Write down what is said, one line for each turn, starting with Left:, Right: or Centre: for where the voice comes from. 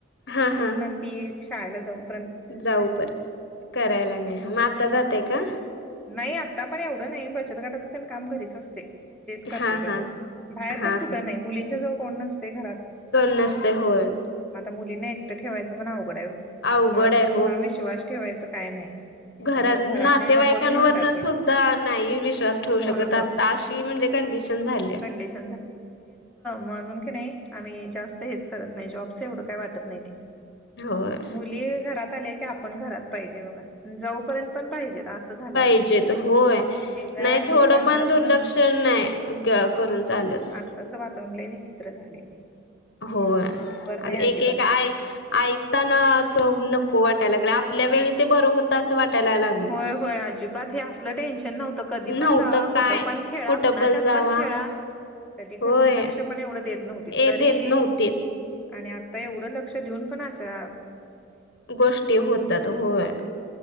Left: हा
Centre: पूर्ण
Left: हा
Centre: ती शाळेला जाऊ
Left: जाऊ पर् करायला नाही मग आता जातय का
Centre: नाही आता पण एवढं नाही बचत गटाचं पण काम घरीच असते तेच करतय
Left: हा
Centre: तेवढं
Left: हा
Centre: बाहेर
Left: हा
Centre: पण
Left: हा
Centre: कुठं नाही मुलींच्या जवळ कोण नसते घरात
Left: कर नसते होय
Centre: मग आता मुलींना एकटं ठेवायचं पण अवघडा
Left: अवघड
Centre: कुणाच
Left: आहे
Centre: कुणावर विश्वास ठेवायचं काय नाही
Left: घर
Centre: त्यामुळे घरातले
Left: ना
Centre: नकोच
Left: तेवा्हाय कां
Centre: म्हणतात ते
Left: सुद्धा नाही विश्वास
Centre: होय
Left: ठेवू शकत आता अशी म्हणजे कंडिशन झाली
Centre: मच म्हून नाही आम्ही जास्त हेच करत नाही जॉबच एवढं काही वाटत नाही
Left: होय
Centre: <unintelligible> <inaudible> मुली घरात आल्या की आपण घरात पाहिजे बघा जाऊपर्यंत पण पाहिजेत झालंय
Left: पाहिजेतेत
Centre: आता
Left: होय
Centre: एकदा
Left: नाही
Centre: लोक
Left: थोडं
Centre: अंदाज
Left: पण दुर्लक्षण
Centre: घेऊन
Left: नाही करून चालत
Centre: आताच वातावरणलाय विचित्र झालेय ते
Left: होय
Centre: बरोबर नाही अजिबात
Left: एक एकय ऐकताना नको वाट आपल्या
Centre: होय
Left: वेळी ते बरं होतं असं वाटयलाग
Centre: होय होय अजिबात हे असलं टेन्शन नव्हत कधी
Left: नव्हतं
Centre: पण जावा कुठ
Left: काय
Centre: पण खेळा
Left: कुठं
Centre: कुणाच्यात
Left: जावा
Centre: पण खेळा कधी
Left: होय
Centre: खरची लक्ष पण एवढं देत नव्हती
Left: ए
Centre: तरी
Left: देत नव्हते
Centre: आणि आता एवढं लक्ष देऊन पण आशा
Left: गोष्टी होतात होय